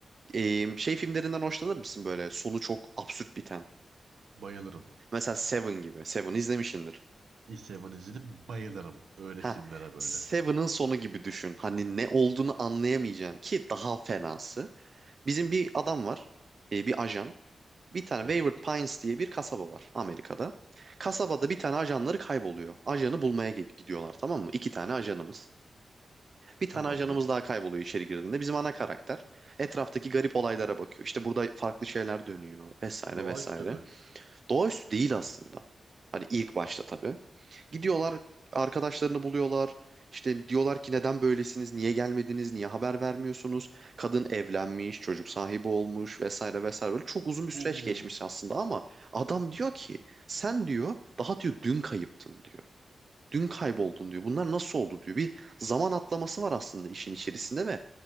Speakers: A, on the right; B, on the right.
A: Ee, şey filmlerinden hoşlanır mısın böyle? Sonu çok absürt biten.
B: Bayılırım.
A: Mesela Seven gibi. Seven izlemişsindir.
B: East Seven izledim bayılırım. Öyle
A: Ha,
B: filmlere böyle.
A: Seven'ın sonu gibi düşün. Hani ne olduğunu anlayamayacaksın ki daha fenası. Bizim bir adam var. ee, bir ajan. Bir tane
B: Evet.
A: Wayward Pines diye bir kasaba var Amerika'da. Kasabada bir tane ajanları kayboluyor. Ajanı bulmaya ge- gidiyorlar tamam mı? İki tane ajanımız. Bir tane
B: Tamamdır.
A: ajanımız daha kayboluyor içeri girdiğinde. Bizim ana karakter etraftaki garip olaylara bakıyor. İşte burada farklı şeyler dönüyor vesaire
B: Doğaüstü
A: vesaire.
B: mü?
A: Doğaüstü değil aslında. Hani ilk başta tabii. Gidiyorlar arkadaşlarını buluyorlar. İşte diyorlar ki neden böylesiniz, niye gelmediniz, niye haber vermiyorsunuz? Kadın evlenmiş, çocuk sahibi olmuş vesaire vesaire. Böyle çok uzun bir
B: Uuu.
A: süreç geçmiş aslında ama adam diyor ki sen diyor daha diyor dün kayıptın diyor. Dün kayboldun diyor. Bunlar nasıl oldu diyor. Bir zaman atlaması var aslında işin içerisinde ve